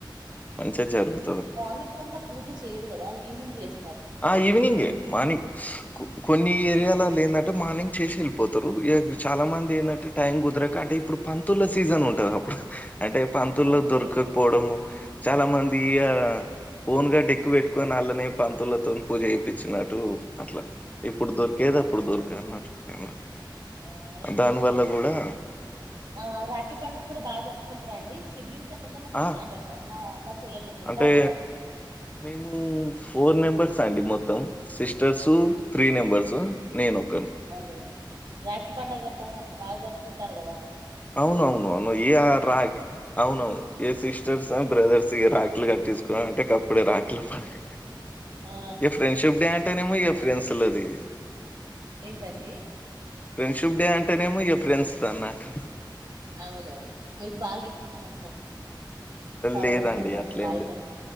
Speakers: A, on the left; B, on the right.
A: మంచిగా జరుగు
B: మార్నింగ్ అంతా పూజ చేయరు గదా ఈవినింగ్ చేస్త్
A: ఆ ఈవెనింగే మార్నింగ్ స్ కు కొన్ని ఏరియాలా ఆల్ ఏందంటే మార్నింగ్ చేశి ఎళ్ళిపోతరు. ఇగా చాలా మంది ఏందంటే టైం గుదరక అంటే ఇప్పుడు. పంతుల్ల సీజన్ ఉంటది అప్పుడు అంటే పంతుల్లు
B: ఓకే
A: దొరకకపోవడము. చాలా మంది ఇగా ఓన్ గా డెక్కు పెట్టుకొని ఆళ్ళనే పంత్ తుళ్ళతోనీ పూజ చేపిచ్చినట్టూ అట్లా. ఇప్పుడు దొరికేది
B: అవునవును
A: అప్పుడు దొరికనట్ట్ టైంలల్ల
B: ఆ ఇప్పుడు
A: దానివల్లా గూడా
B: ఆ రాఖీ పండగ్ గూడా బాగా జరుపుకుంటరా అండి సిబ్లింగ్స్ ఎంతమంది
A: ఆ
B: మీరు అంటే అన్న అక్క చెల్లెలు అట్లా ఉంటారు
A: అంటే
B: కదా
A: మేమూ ఫోర్ మెమ్బర్స్ ర్స్ అండి మొత్తం సిస్టర్సూ త్రీ మెంబర్సు నేను ఒక్
B: అదే అదే రాఖి పండుగదా అట్లా బాగా జరుపుకుంటారు గదా.
A: అవునవును అవును ఏ ఆ రాఖి అవును ఏ సిష్ స్టర్స్ ఆండ్ బ్రదర్స్ ఇగా రాఖీలు కట్టేసుకునర్ అంటే గప్పుడే రాఖీల పండగ
B: ఆ
A: ఇగ ఫ్రెండ్షిప్ డే అంటేనేమో ఇగ ఫ్రెండ్స్ లదీ.
B: ఏంటండీ
A: ఫ్రెండ్షిప్ డే అంటేనేమో ఇగా ఫ్రెండ్స్ దన్నట్టు.
B: అవునవును నీకు బాగ ఇంట్రస్ట్ అనుకున్ సరే
A: లేదండి
B: అండి ఉంటాన్న
A: అట్లేం
B: బాయ్
A: లేదు
B: మరి